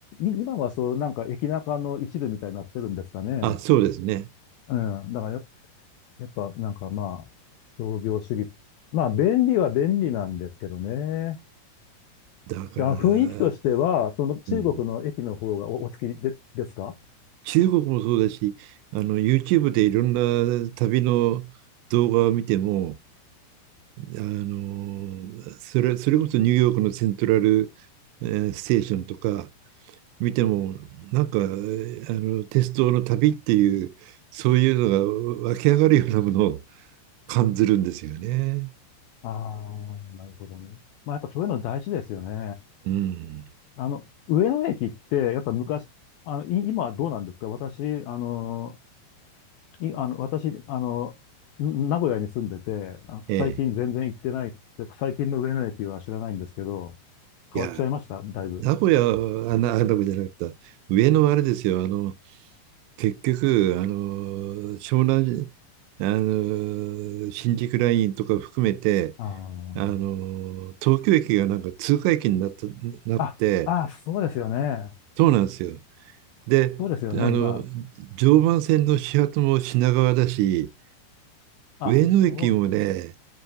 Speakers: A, on the left; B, on the right.
A: 今はそう、なんか駅中の一部みたいになってるんですかね。
B: あ、そうですね。
A: うん。だからやっ、やっぱなんかまあ、商業主義。まあ、便利は便利なんですけどね。
B: だから、
A: であの雰囲気としては、その中国の駅の方がお、
B: うん、
A: お好きで、ですか
B: 中国もそうだし、あの YouTube でいろんな旅の動画を見ても、あのそれ、それこそニューヨークのセントラル、えーステーションとか、見ても、なんか、あの、鉄道の旅っていう、そういうのが湧き上がるようなものを感じるんですよね。
A: ああー、なるほどね。まあ、やっぱそういうの大事ですよね。
B: うん。
A: あの、上野駅って、やっぱ昔、あの、い今はどうなんですか私、あの、い、あの、私、あの、ん名古屋に住んでて、あ最近全然行ってない、
B: ええ。
A: 最近の上野駅は知らないんですけど、
B: いや、
A: 変わっちゃいました、だいぶ。
B: 名古屋、あ、な、あ名古屋じゃなかった。上野はあれですよ。あの、結局、あの、湘南、あの、新宿ラインとか含めて、
A: あ
B: あの、東京駅がなんか通過駅になった、なって、
A: あ、あ、あ、そうですよね。
B: そうなんですよ。で、
A: そうですよね、
B: あの、
A: 今。
B: 常磐線の始発も品川だし、
A: あ、
B: 上野駅もね、
A: そう、